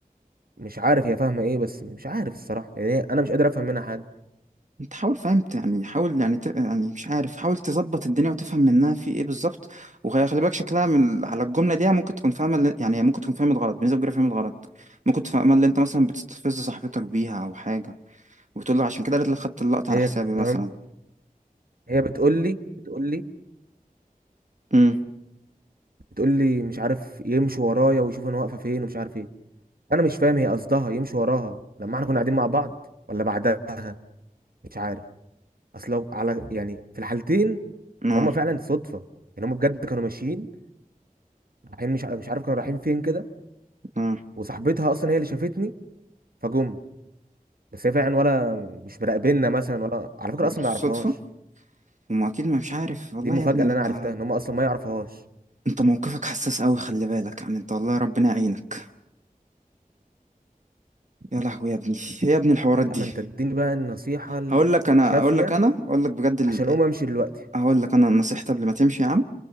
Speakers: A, on the right; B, on the right.
A: مش عارف هي فاهمه ايه بس مش عارف الصراحه يعني هي- انا مش قادر افهم منها حاجه
B: انت حاول فهمت يعني حاول يعني ت... يعني مش عارف حاول تظبط الدنيا وتفهم منها في ايه بالظبط وخلي بالك شكلها من... ال- على الجمله دي ممكن تكون فاهمه اللي- يعني ممكن تكون فاهمه غلط بنسبه كبيره فاهمه غلط ممكن تفهم اللي انت مثلا بتستفز صاحبتك بيها او حاجه وبتقول له عشان كده قالت لك خدت اللقطه
A: هي
B: على حسابي مثلا
A: كمان هي بتقول لي بتقول لي
B: امم
A: بتقول لي مش عارف يمشي ورايا ويشوف انا واقفه فين ومش عارف ايه انا مش فاهم هي قصدها يمشي وراها لما احنا كنا قاعدين مع بعض ولا بعدها مش عارف اصل لو على يعني في الحالتين
B: اه
A: هما فعلا صدفه يعني هما بجد كانوا ماشيين رايحين مش ع- مش عارف كانوا رايحين فين كده
B: اه
A: وصاحبتها اصلا هي اللي شافتني فجم بس هي فعلا ولا مش مراقبيننا مثلا ولا على فكره اصلا
B: صدفه
A: ما يعرفهاش
B: وما اكيد ما مش عارف والله
A: دي المفاجاه
B: يا ابني
A: اللي
B: انت
A: انا عرفتها ان هما اصلا ما يعرفهاش
B: انت موقفك حساس قوي خلي بالك يعني انت والله ربنا يعينك يا لهوي يا ابني يا ابني الحوارات دي
A: لا ما انت اديني بقى النصيحه
B: هقول لك انا
A: الشافيه
B: اقول لك انا اقول لك بجد ال...
A: عشان اقوم امشي دلوقتي
B: هقول لك انا نصيحتي قبل ما تمشي يا عم